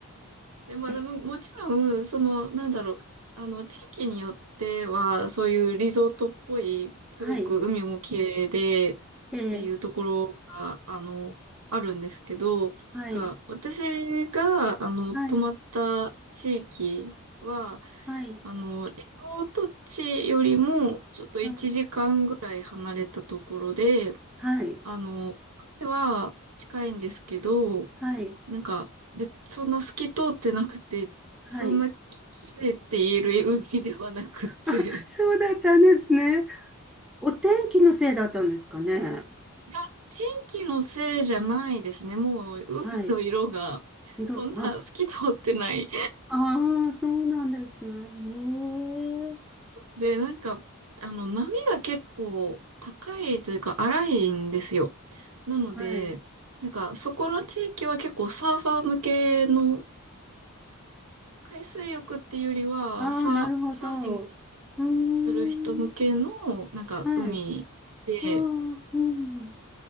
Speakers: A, on the right; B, in the centre.
A: で、まあでも、
B: え、
A: もちろん、その、なんだろう、あの、地域によっては、そういうリゾートっぽい、すごく海も綺麗で、
B: はい。
A: っ
B: えー
A: ていうところが、あの、あるんですけど、
B: はい。
A: が、私が、あの、
B: はい。
A: 泊まった地域は、
B: はい。
A: あの、リゾート地よりも、ちょっと1時間ぐらい離れたところで、
B: はい。はい。
A: あの、海は近いんですけど、
B: はい。
A: なんか、別、そんな透き通ってなくて、
B: はい。
A: そんなき、綺麗って言える海ではなくて。
B: あ、そうだったんですね。お天気のせいだったんですかね。
A: いや、天気のせいじゃないですね。もう、海の色が、
B: はい。いろ、
A: そんな透き通ってない。
B: あ、ああ、そうなんですね。へえ
A: で、なんか、あの、波が結構高いというか、荒いんですよ。なので、
B: はい。
A: なんか、そこの地域は結構サーファー向けの海水浴っていうよりは、
B: ああー、
A: サー、
B: なるほど。
A: サーフィング
B: うーん。
A: する人向けの、なんか、
B: はい。
A: 海で、
B: ああ、うん。